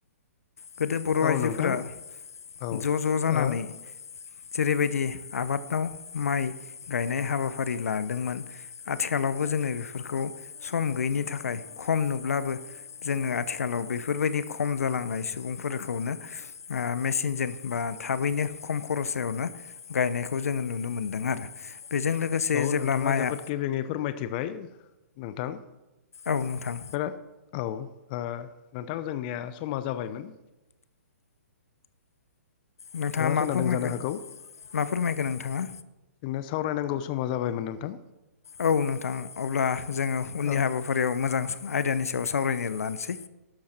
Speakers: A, on the left; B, on the left.
A: गोदो बर'
B: औ
A: आइजोफोरा
B: नोंथां औ
A: ज' ज' जानानै
B: ओ
A: जेरैबायदि आबादाव माइ गायनाय हाबा फारि लादोंमोन आथिखालावबो जोङो बेफोरखौ सम गैयिनि थाखाय खम नुब्लाबो जोङो आथिखालाव बेफोरबायदि खम जालांनाय सुबुंफोरखौनो ओ मेसिनजों बा थाबैनो खम खरसायावनो गायनायखौ जोङो नुनो मोनदों आरो बेजों लोगोसे
B: औ
A: जेब्ला
B: नोंथाङा
A: माइआ
B: जोबोद गेबेङैफोर मायथिबाय नोंथां
A: औ नोंथां
B: खोना औ ओ नोंथां जोंनिया समा जाबायमोन
A: नोंथाङा मा
B: खोनादों
A: फोरमायखो
B: जानो हागौ
A: मा फोरमायखो नोंथाङा
B: जोंना सावरायनांगौ समा जाबायमोन नोंथां
A: औ नोंथां अब्ला जोङो उननि
B: औ
A: हाबाफारियाव मोजां आयदानि सायाव सावरायनो लानोसै